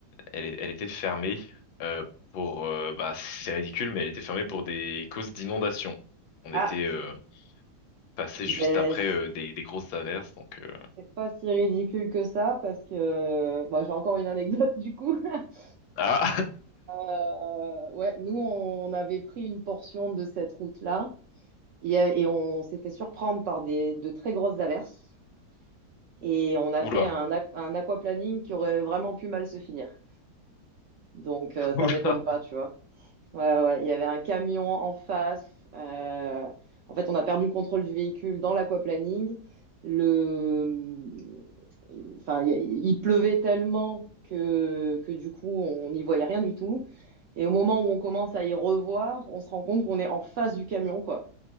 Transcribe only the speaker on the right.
Ah,
ben,
c'est pas si ridicule que ça, parce que bah, j'ai encore une anecdote, du coup. <laughs>
Euh, ouais, nous, on avait pris une portion de cette route-là. et on s'est fait surprendre par des, de très grosses averses. Et on a
fait
un, un aquaplaning qui aurait vraiment pu mal se finir. Donc, euh, ça
m'étonne pas, tu vois. Ouais, ouais, il y avait un camion en face. euh, En fait, on a perdu le contrôle du véhicule dans l'aquaplaning. Le... Enfin, il il pleuvait tellement que, que du coup, on n'y voyait rien du tout. Et au moment où on commence à y revoir, on se rend compte qu'on est en face du camion, quoi.